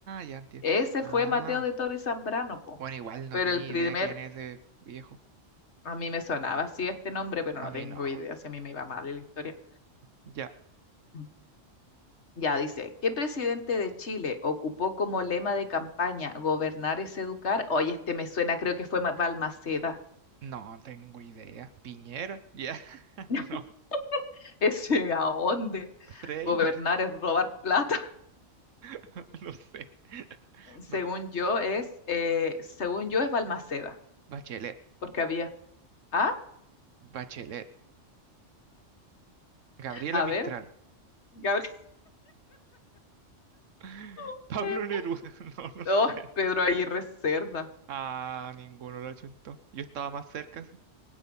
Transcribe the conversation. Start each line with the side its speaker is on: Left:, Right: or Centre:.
Right: ya entiendo.
Left: Ese
Right: Ah,
Left: fue Mateo de Toro y Zambrano, po.
Right: bueno, igual no
Left: Pero
Right: tenía
Left: el primer,
Right: idea quién es ese viejo.
Left: a mí me sonaba así este nombre, pero
Right: A
Left: no tengo
Right: mí no.
Left: idea si a mí me iba mal en la historia.
Right: Ya.
Left: Mm. Ya dice, ¿qué presidente de Chile ocupó como lema de campaña gobernar es educar? Oye, este me suena, creo que fue Ma- Balmaceda.
Right: No tengo idea. Piñera. Ya. <laughs>
Left: <laughs>
Right: No.
Left: Ese, ¿a dónde?
Right: Frey.
Left: Gobernar es robar plata.
Right: <laughs> No sé.
Left: Según
Right: No te-
Left: yo es, eh, según yo es Balmaceda,
Right: Bachelet.
Left: porque había. Ah,
Right: Bachelet. Gabriela
Left: a
Right: Mistral.
Left: ver, Gabriel.
Right: <laughs>
Left: <laughs>
Right: Pablo Neruda. <laughs> No, no sé.
Left: Oh, Pedro Aguirre Cerda.
Right: Ah, ninguno lo achuntó. Yo estaba más cerca. sí.